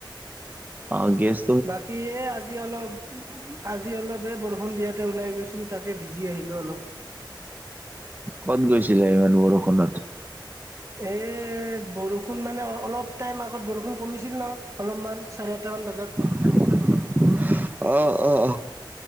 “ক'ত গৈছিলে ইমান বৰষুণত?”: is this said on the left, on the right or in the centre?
Right